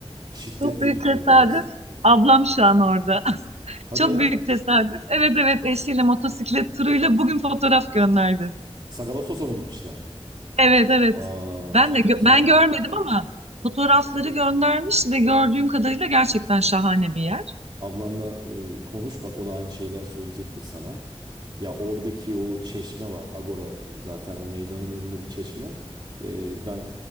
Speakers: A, on the right (about 50°); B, on the right (about 80°).
A: şiddetle
B: Çok büyük
A: gitmeni
B: tesadüf.
A: tavsiye ederim.
B: Ablam şu an orada. <laughs>
A: Hadi
B: Çok
A: ya.
B: büyük tesadüf. Evet evet eşiyle motosiklet turuyla bugün fotoğraf gönderdi.
A: Sagalassos'a mı gitmişler?
B: Evet evet.
A: Aa
B: Ben
A: çok
B: de gö-
A: güzel.
B: ben görmedim ama fotoğrafları göndermiş ve gördüğüm kadarıyla gerçekten şahane bir yer.
A: Ablanla e, konuş bak o da aynı şeyler söyleyecektir sana. Ya oradaki o çeşme var. Agora zaten o meydanın önüne bir çeşme. E, ben